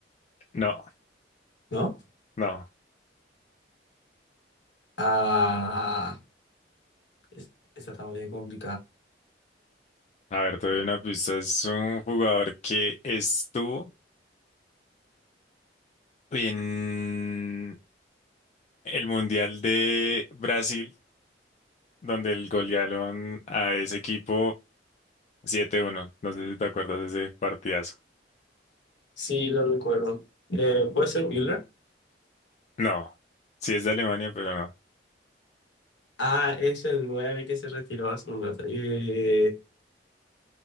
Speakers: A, on the left (about 40°); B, on the left (about 80°).
A: No,
B: ¿no?
A: no.
B: Ah, es- esta está muy complicada.
A: A ver, te doy una pista. Es un jugador que estuvo en el Mundial de Brasil, donde el golearon a ese equipo siete uno, No sé si te acuerdas de ese partidazo.
B: Sí, lo recuerdo. Eh, ¿puede ser Müller?
A: No, sí es de Alemania, pero no.
B: Ah, es el nueve que se retiró hace un rato. Eh,